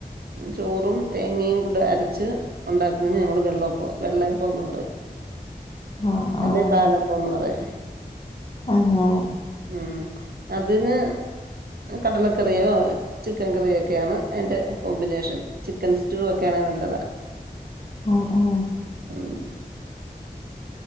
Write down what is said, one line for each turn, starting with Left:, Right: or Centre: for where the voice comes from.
Right: ചോറും തേങ്ങയും കൂടി അരച്ച് ഉണ്ടാക്കുന്നതിന് ഞങ്ങള് വെള്ളപ്പ വെള്ളയപ്പോന്ന് പറയും
Left: ആഹ്
Right: അല്ലേ
Left: ആഹ്
Right: പാലപ്പന്ന് പറയാ
Left: അങ്ങനെ
Right: ഉം അതിന് കടലക്കറിയോ ചിക്കൻ കറിയോ ഒക്കെയാണ് അയിന്റെ കോമ്പിനേഷൻ ചിക്കൻ സ്റ്റൂ ഒക്കെയാണേ നല്ലതാ
Left: ആഹ് ആഹ്
Right: ഉം